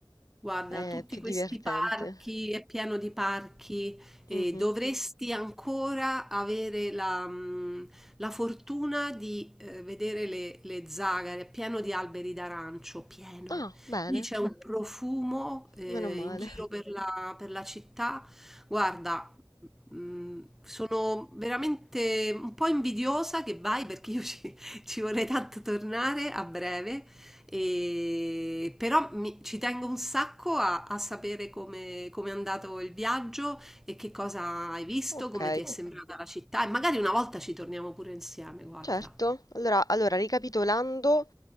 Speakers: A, in the centre; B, on the left (about 45°).
A: Guarda,
B: è
A: tutti
B: più
A: questi
B: divertente.
A: parchi, è pieno di parchi, e
B: Mhm.
A: dovresti ancora avere la, mh, la fortuna di eh, vedere le, le zagare, è pieno di alberi d'arancio, pieno.
B: Ah, bene.
A: Lì c'è un profumo eh,
B: Meno male.
A: in giro per la, per la città. Guarda, mh, sono veramente un po' invidiosa che vai perché io ci, <laughs> ci vorrei tanto tornare a breve. E- Però mi- ci tengo un sacco a, a sapere come, come è andato il viaggio e che cosa hai visto,
B: Ok,
A: come ti è sembrata la città e magari una volta ci torniamo pure insieme, guarda.
B: certo. Allora, allora, ricapitolando,